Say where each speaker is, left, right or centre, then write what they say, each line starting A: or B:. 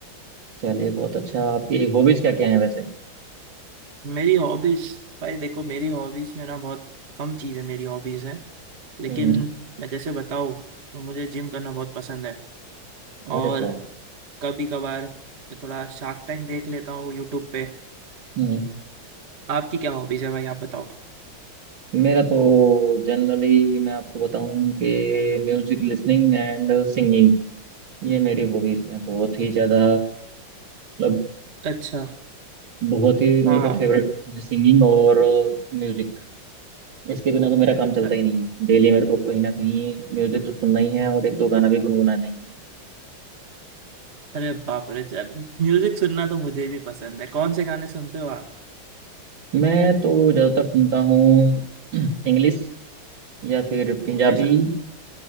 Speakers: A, on the right (about 75°); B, on the right (about 35°).
A: चलिए बहुत अच्छा आपकी हॉबीज क्या क्या हैं वैसे
B: मेरी हॉबीज भाई देखो मेरी हॉबीज में ना बहुत कम चीज़ें मेरी हॉबीज हैं लेकिन
A: हम्म
B: मैं जैसे बताऊँ तो मुझे जिम करना बहुत पसंद है
A: अरे
B: और
A: वाह
B: कभी कभार थोड़ा शार्क टैंक देख लेता हूँ यूट्यूब पे
A: हम्म
B: आपकी क्या हॉबीज है भाई आप बताओ
A: मेरा तो जनरली मैं आपको बताऊं कि म्यूजिक लिसनिंग एंड सिंगिंग ये मेरी हॉबीज हैं बहुत ही ज़्यादा मतलब
B: अच्छा
A: बहुत ही
B: हाँ
A: मेरे
B: हाँ
A: को फेवरेट सिंगिंग और म्यूजिक इसके बिना तो मेरा काम चलता
B: अ-
A: ही नहीं है डेली मेरे को कहीं ना कहीं म्यूजिक तो सुनना ही है और एक दो गाना भी गुनगुनाना ही है
B: अरे बाप रे चल म्यूजिक सुनना तो मुझे भी पसंद है कौन से गाने सुनते हो आप
A: मैं तो ज़्यादातर सुनता हूँ <clears throat> इंग्लिश या फिर पंजाबी
B: इंग्लिश